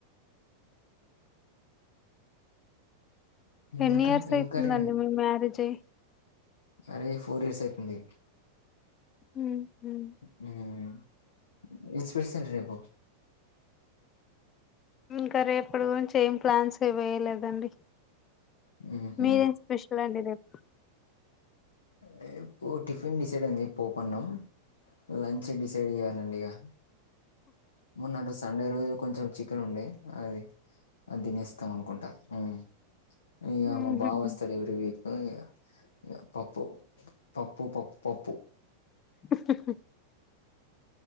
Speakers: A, on the left; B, on the left.
A: ఎన్ని
B: ఇంకా
A: ఇయర్స్
B: ఏం
A: అయితుందండి
B: కర్రీ
A: మీ మ్యారేజై
B: మ్యారేజ్ అయి ఫోర్ ఇయర్స్ అయితుంది
A: హ్మ్ హ్మ్
B: హ్మ్ ఏం స్పెషల్ రేపు
A: ఇంకా రేపటి గురించి ఏం ప్లాన్స్ ఎ వేయలేదండి
B: ఉహుం,
A: మీదేం స్పెషలండి రేపు
B: రేపు టిఫిన్ డిసైడ్ అయింది పోపన్నం లంచ్ డిసైడ్ చేయ్యాలండి ఇగ మొన్న అటు సండే రోజు కొంచెం చికెన్ ఉండే అది అది తినేస్తాం అనుకుంటా హ్మ్ ఇగ
A: హుహు.
B: మా బావస్తడు ఎవ్రీ వీక్ హ్ ఇగ పప్పు పప్పు పప్పు పప్పు
A: హు హుహ్